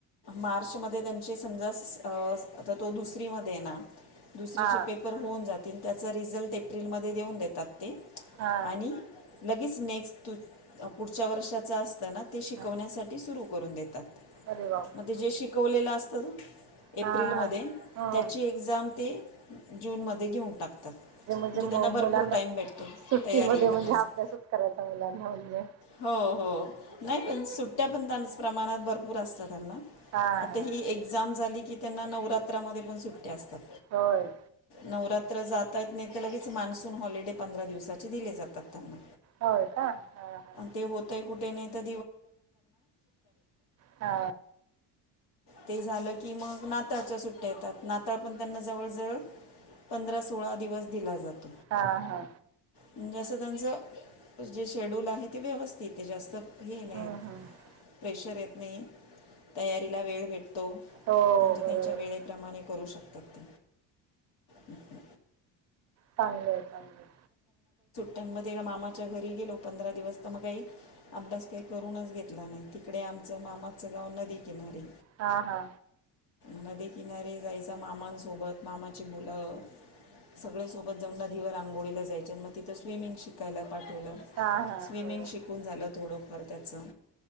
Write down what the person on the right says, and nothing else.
हा
हा
हा
अरे बापरे
हा हा हम्म
ते म्हणजे, मुलांना
सुट्टीमध्ये
म्हणजे अभ्यासच करायचा मुलांना म्हणजे.
हा
हा
होय.
होय का? ह ह.
हा
हा हा
हम्म हम्म
हो
बरोबर
आहे.
चांगलंय चांगलंय
हा हा
हा हा
हो.